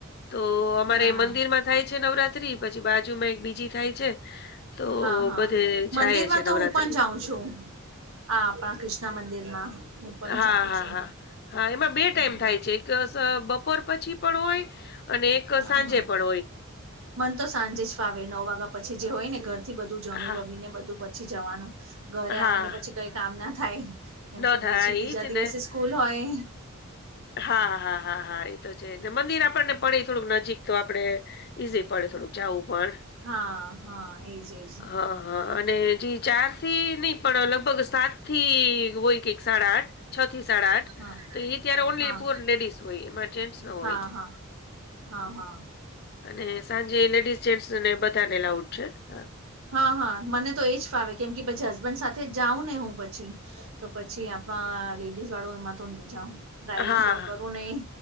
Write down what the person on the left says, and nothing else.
તો અમારે
મંદિરમાં. થાય છે નવરાત્રી પછી બાજુમાં એક બીજી થાય છે. તો
બધે
જાય છે
નવરાત્રી
હા
હા
હા હા એમાં બે ટાઈમ
થાય છે એક બપોર પછી પણ હોય અને એક
સાંજે
પણ હોય.
હા
હા
ન
થાય
ઈ જ
ને
હા હા હા હા એ. છેને મંદિર આપણને પડે થોડુંક નજીક તો આપડે ઈઝી પડે થોડુંક જવું પણ.
હા હા અને જે ચાર નહ. પણ લગભગ સાત થી હોય કેઈ સાડા આઠ છ થી સાડા આઠ.
તો એ ત્યારે ઓનલી
પુઅર લેડીસ હોય એમાં જેન્ટસ ન હોય.
અને સાંજે લેડીસ જેન્ટસ ને બધાને લઉડ છે હા.
હા